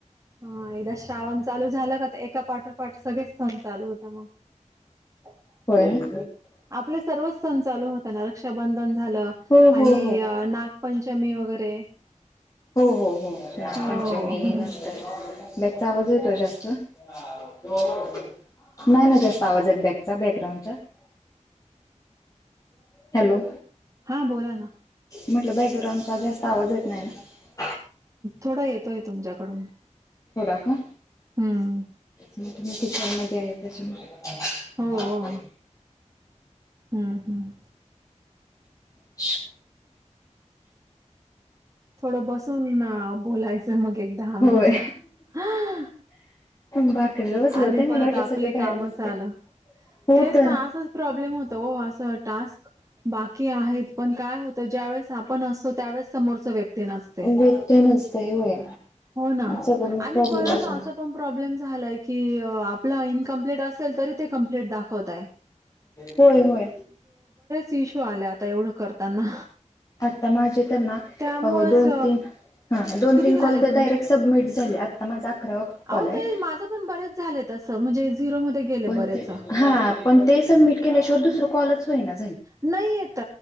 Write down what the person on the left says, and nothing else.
होय ना
हो हो
हो
हो हो हो नागपंचमी
नंतरन बॅगचा आवाज येतोयं जास्त नाही नाही जास्त आवाज येत बॅगचा बॅकग्राउडचा '' हॅलो
म्हटलं बॅकग्राउंडचा जास्त आवाज येत नाही ना
थोडा का?
मी किचन मध्ये आहे त्याच्यामुळे
हा
होय
शू..
होय
भाकरीला बसले
होते मला
वाटलं
सगळे
बाहेर बसते
हो
तर
वेट तेन असतंय होय
सगळ्यांना
प्रॉब्लेमच
होो हो
आता माझे तर ना
दोन तीन हा दोन
तीन
कॉल तर
डायरेक्ट सबमिट झाले आता माझा अकरावा कॉल
आहे
पण
ते हा पण ते सबमिट केल्याशिवाय दुसरं कॉलच होई ना